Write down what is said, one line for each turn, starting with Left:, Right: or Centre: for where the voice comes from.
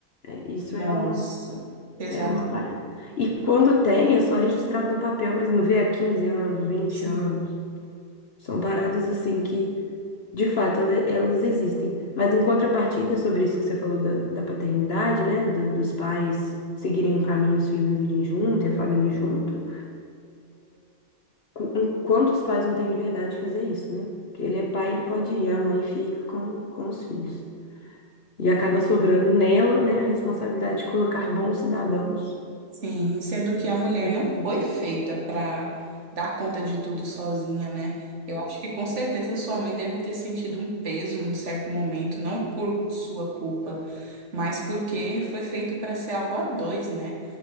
Left: né? Isso
Right: Nossa,
Left: é um
Right: pesado.
Left: É uma parada. E quando tem, é só registrado no papel, mas não vê há 15 anos, vinte
Right: Sim.
Left: anos. São paradas assim que, de fato, ele- elas existem. Mas em contrapartida, sobre isso que você falou da, da paternidade, né? do- dos pais seguirem um caminho, os filhos irem junto e a família ir junto. Qu- Enquanto os pais não têm liberdade de fazer isso, né? Porque ele é pai, ele pode ir, a mãe fica com, com os filhos. E acaba sobrando nela, né, a responsabilidade de colocar bons cidadãos.
Right: Sim, sendo que a mulher
Left: na
Right: não
Left: família.
Right: foi feita para dar conta de tudo sozinha, né? Eu acho que com certeza sua mãe deve ter sentido um peso num certo momento, não por sua culpa, mas porque foi feito para ser algo a dois, né?